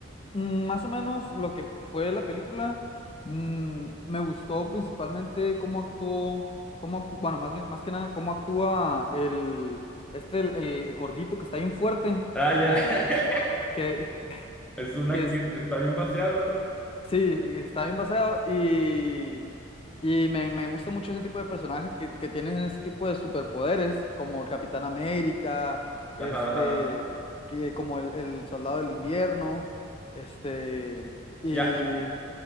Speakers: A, on the left (about 25°); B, in the centre.
A: mm, más o menos lo que fue la película, mm, me gustó principalmente cómo actuó, cómo actú- bueno, más bien- más que nada, cómo actúa el, este, el, el gordito que está bien fuerte,
B: Ah, ya. <laughs>
A: que,
B: Es una
A: que es,
B: que está bien vaciado, ¿no?
A: Sí, está bien basado y, y me, me gusta mucho ese tipo de personajes que, que tienen ese tipo de superpoderes, como el Capitán América,
B: Ajá,
A: este,
B: ajá.
A: que, como el, el Soldado del Invierno, este, y,
B: Ya,
A: y